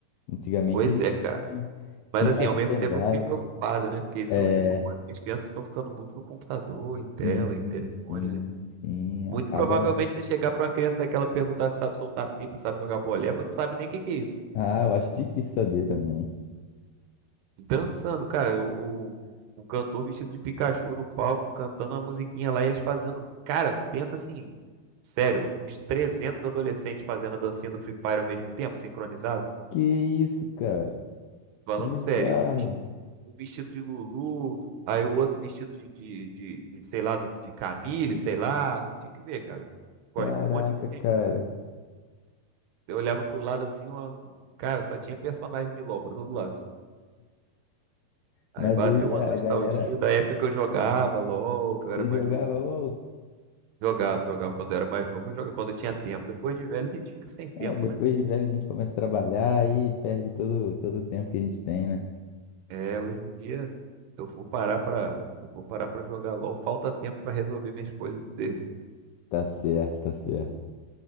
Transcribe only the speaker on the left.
Antigamente
a gente
tinha,
tinha
mais
liberdade.
É,
sim,
sim,
sim.
Acaba.
Ah, eu acho difícil saber também.
Que isso, cara?
Bizarro.
Caraca,
cara.
Mas
hoje a
a galera
se
jogava
LOL.
É, depois
de velho a gente começa a trabalhar e perde todo, todo o tempo que a gente tem, né?
Tá certo, tá certo.